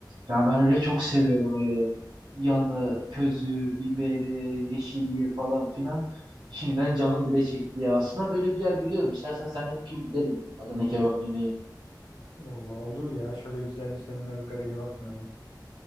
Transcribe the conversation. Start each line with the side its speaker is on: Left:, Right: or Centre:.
Right: Yani ben öyle çok seviyorum öyle. Yanında közü, biberi, yeşilliği falan filan. Şimdiden canım bile çekti ya. Aslında böyle bir yer biliyorum. İstersen sen de bir gün gidelim Adana kebap yemeye.
Left: Vallahi olur ya. Şöyle güzel bir seninle ızgara kebap gömelim.